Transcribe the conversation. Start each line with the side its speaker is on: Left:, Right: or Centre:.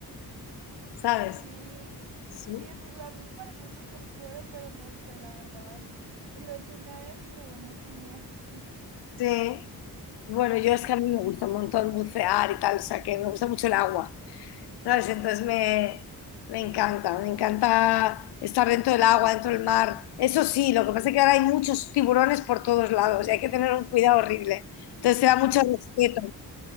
Left: ¿sabes?
Right: Sí,
Left: Su-
Right: sí, a mí me parece súper chévere, pero no sé, la verdad, lo he hecho una vez y me dio mucho miedo. <laughs>
Left: Sí. Bueno, yo es que a mí me gusta un montón bucear y tal, o sea que me gusta mucho el agua. ¿sabes? Entonces me, me encanta, me encanta estar dentro del agua, dentro del mar. Eso sí, lo que pasa es que ahora hay muchos tiburones por todos lados y hay que tener un cuidado horrible. Entonces te da mucho respeto.